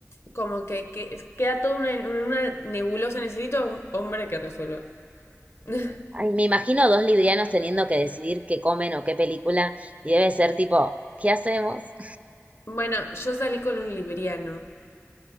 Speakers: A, on the left; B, on the right.
A: como que, que queda todo en una, una nebulosa, necesito a un hombre que resuelva. <laughs>
B: Ay, me imagino dos librianos teniendo que decidir qué comen o qué película y debe ser tipo, ¿qué hacemos?
A: bueno, yo salí con un libriano.